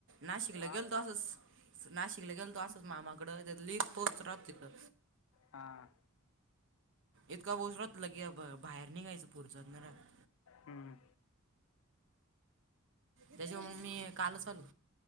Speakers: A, on the right; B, on the left.
A: नाशिकला
B: हां
A: गेलतो असंच, नाशिकला गेलतो असंच मामाकडं तर लई पाऊस राहत तिथं.
B: हां.
A: इतका ओसरत लगे ब बाहेर निघायचं पुढच्या घरात.
B: हम्म.
A: त्यांच्यामुळं मी कालच आलो.